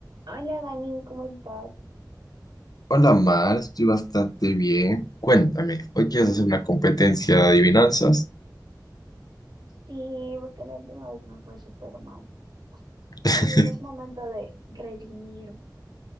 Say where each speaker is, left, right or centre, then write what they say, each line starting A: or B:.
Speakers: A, on the right; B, on the left.
A: Hola Dani, ¿cómo estás?
B: Hola Mar, estoy bastante bien. Cuéntame, ¿hoy quieres hacer una competencia de adivinanzas?
A: Sí, porque la última vez me fue súper mal.
B: <laughs>
A: Entonces es momento de redimirme.